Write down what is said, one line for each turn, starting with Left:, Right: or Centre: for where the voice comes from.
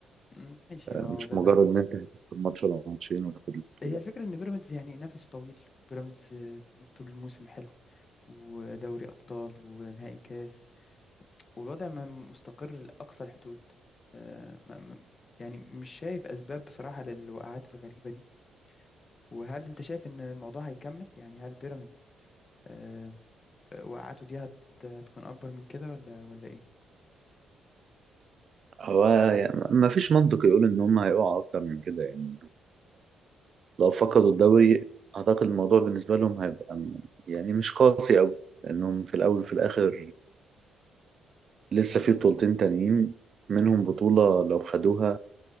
Left: م- ماشي هو
Right: مش
Left: ده
Right: مجرد
Left: ده
Right: ان انت هتكسب ماتش ولا ماتشين وتاخد البطولة
Left: هي الفكرة إن بيراميدز يعني نفسه طويل وبيراميدز آه، طول الموسم حلو ودوري أبطال ونهائي كاس والوضع ما مستقر لأقصى الحدود آه، ما- ما- يعني مش شايف أسباب بصراحة للوقعات الغريبة دي وهل أنت شايف إن الموضوع هيكمل يعني هل بيراميدز آه، وقعته دي هت- هتكون أكبر من كده ولا ولا إيه؟
Right: هو يعني ما فيش منطق يقول ان هم هيقعوا اكتر من كده يعني لو فقدوا الدوري اعتقد الموضوع بالنسبه لهم هيبقى م- يعني مش قاسي قوي لانهم في الاول وفي الاخر لسه في بطولتين تانيين منهم بطوله لو خدوها